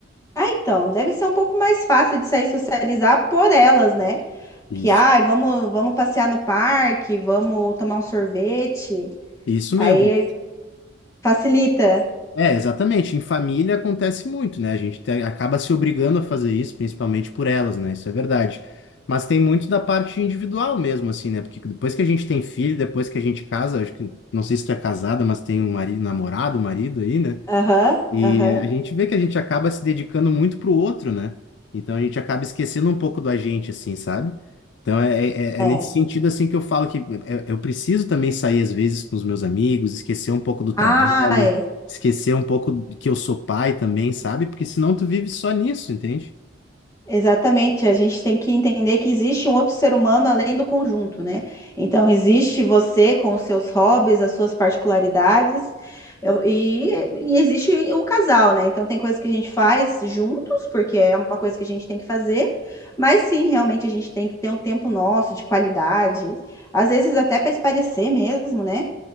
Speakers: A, on the left; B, on the left.
A: Ah, então, deve ser um pouco mais fácil de sair socializar por elas, né?
B: Isso.
A: Que, ai, vamos, vamos passear no parque, vamos tomar um sorvete.
B: Isso
A: Aí
B: mesmo.
A: Facilita.
B: É, exatamente. Em família acontece muito, né? A gente te- acaba se obrigando a fazer isso, principalmente por elas, né? Isso é verdade. Mas tem muito da parte individual mesmo, assim, né? Porque depois que a gente tem filho, depois que a gente casa, acho que, não sei se tu é casada, mas tem um marido, namorado, marido aí, né?
A: Aham,
B: E
A: aham.
B: a gente vê que a gente acaba se dedicando muito pro outro, né? Então a gente acaba esquecendo um pouco da gente, assim, sabe? Então é, é-
A: É.
B: é nesse sentido, assim, que eu falo que é- eu preciso também sair às vezes com os meus amigos, esquecer um pouco do trabalho,
A: Ai,
B: esquecer um pouco de que eu sou pai também, sabe? Porque senão tu vive só nisso, entende?
A: Exatamente, a gente tem que entender que existe um outro ser humano além do conjunto, né? Então, existe você com os seus hobbies, as suas particularidades, eu- e, e existe o casal, né? Então, tem coisas que a gente faz juntos, porque é uma coisa que a gente tem que fazer, mas sim, realmente a gente tem que ter um tempo nosso de qualidade, às vezes até para espairecer mesmo, né?